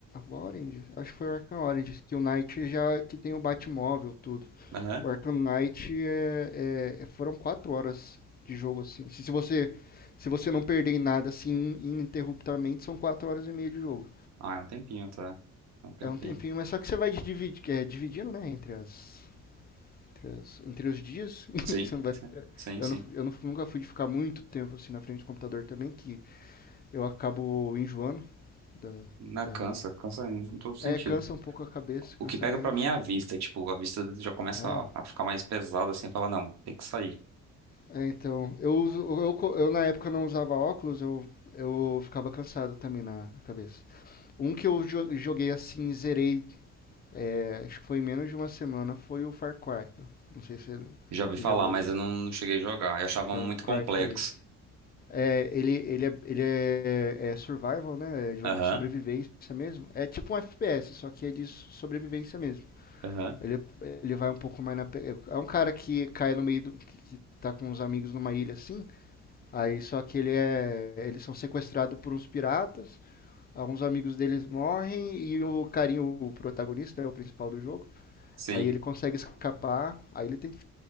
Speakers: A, on the left; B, on the right.
A: Orange. Acho que foi o Arkham Orange, que o Knight já que tem o Batmóvel, tudo.
B: Aham.
A: O Arkham Knight é, é- é, foram quatro horas de jogo, assim. Se, se você se você não perder em nada, assim, ininterruptamente, são quatro horas e meia de jogo.
B: Ah, é um tempinho até. É um tempinho.
A: É um tempinho, mas só que você vai dividir, é, dividindo, né, entre as, entre, as- entre os dias.
B: Sim,
A: <laughs> você não vai,
B: sim, sim.
A: eu
B: sim.
A: não- eu não- nunca fui de ficar muito tempo, assim, na frente do computador também, que eu acabo enjoando da...
B: Na
A: da-
B: cansa, cansa em todo sentido.
A: é, cansa um pouco a cabeça,
B: O
A: cansa
B: que pega
A: a mente.
B: pra mim é a vista. Tipo, a vista já começa
A: É.
B: a a ficar mais pesada assim, falar, não, tem que sair.
A: É, então, eu uso, eu, eu na época não usava óculos, eu, eu ficava cansado também na na cabeça. Um que eu jo- joguei assim, zerei, é, acho que foi em menos de uma semana, foi o Far Cry. Não sei se ele-
B: Já ouvi
A: você
B: falar,
A: já viu
B: mas
A: esse.
B: eu não, não cheguei a jogar. Eu achava
A: Far
B: muito
A: Cry
B: complexo.
A: três É, ele, ele, é, ele é, é survival, né? É jogo
B: Aham,
A: de sobrevivência mesmo. É tipo um FPS, só que é de so- sobrevivência mesmo.
B: aham.
A: Ele, ele vai um pouco mais na. pe- É um cara que cai no meio do. que que tá com os amigos numa ilha assim. Aí só que ele é, eles são sequestrados por uns piratas, alguns amigos deles morrem e o carinho, o protagonista, é o principal do jogo.
B: Sim,
A: Aí ele consegue escapar, aí ele tem que